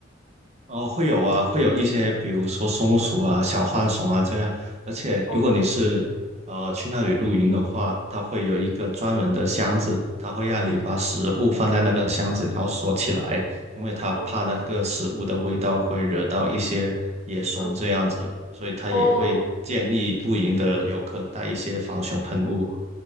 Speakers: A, on the right; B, on the left.
A: 哦，会有啊，会有一些，比如说松鼠啊、小浣熊啊这样。而且，
B: 哦
A: 如果你是呃去那里露营的话，它会有一个专门的箱子，它会让你把食物放在那个箱子，然后锁起来，因为它怕那个食物的味道会惹到一些野熊这样子，
B: 哦，嗯，
A: 所以它也会建议露营的游客带一些防熊喷雾。
B: 哦